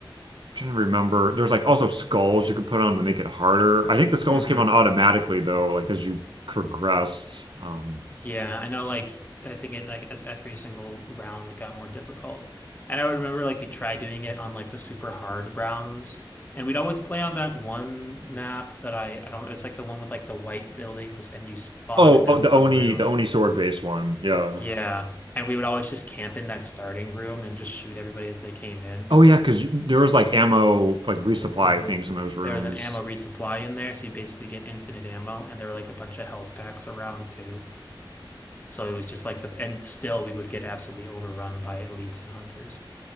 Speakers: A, on the right; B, on the left.
A: trying to remember there's like also skulls you could put on to make it harder. I think the skulls
B: hmm
A: came on automatically though, like as you progressed. Um
B: Yeah, I know like I think it like as every single round got more difficult. And I would remember like we tried doing it on like the super hard rounds. And we'd always play on that one map that I I don't it's like the one with like the white buildings and you spawn
A: Oh,
B: in that
A: oh, the
B: one
A: Oni,
B: room.
A: the Oni sword based one. Yeah.
B: Yeah. And we would always just camp in that starting room and just shoot everybody as they came in.
A: Oh yeah, because there was like ammo, like resupply
B: hmm
A: things in those rooms.
B: There was an ammo resupply in there, so you basically get infinite ammo and there were like a bunch of health packs around too. So it was just like the, and still we would get absolutely overrun by elites and hunters.